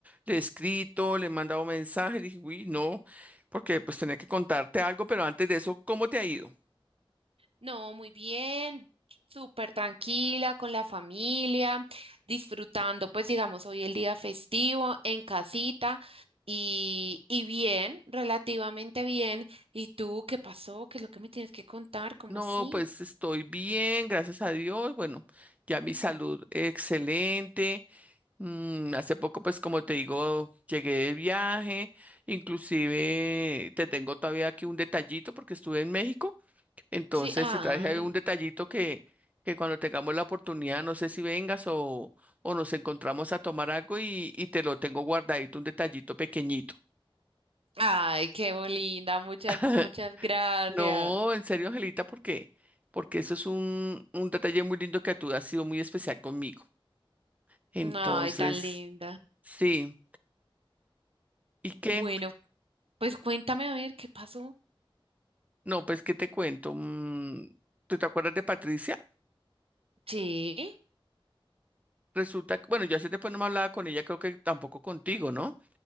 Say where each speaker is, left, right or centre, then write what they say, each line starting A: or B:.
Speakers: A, on the right; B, on the right.
A: Le he escrito, le he mandado mensaje, dije, uy, no, porque pues tenía que contarte algo, pero antes de eso, ¿cómo te ha ido?
B: No, muy bien, súper tranquila con la familia, disfrutando, pues digamos, hoy el día festivo en casita y, y bien, relativamente bien. ¿Y tú qué pasó? ¿Qué es lo que me tienes que contar? ¿Cómo
A: No,
B: así?
A: pues estoy bien, gracias a Dios. Bueno, ya mi salud excelente. Mm, hace poco, pues como te digo, llegué de viaje. Inclusive te tengo todavía aquí un detallito porque estuve en México. Entonces
B: Sí, ay,
A: se trae un detallito que, que cuando tengamos la oportunidad, no sé si vengas o, o nos encontramos a tomar algo y, y te lo tengo guardadito, un detallito pequeñito.
B: ay, qué linda, muchas,
A: <laughs>
B: muchas gracias.
A: No, en serio, Angelita, porque Porque eso es un, un detalle muy lindo que tú has sido muy especial conmigo. Entonces,
B: Ay, tan linda.
A: sí. ¿Y qué?
B: Bueno, pues cuéntame a ver qué pasó.
A: No, pues, ¿qué te cuento? Mm, ¿tú te acuerdas de Patricia?
B: Sí.
A: Resulta que, bueno, yo hace tiempo no me hablaba con ella, creo que tampoco contigo, ¿no?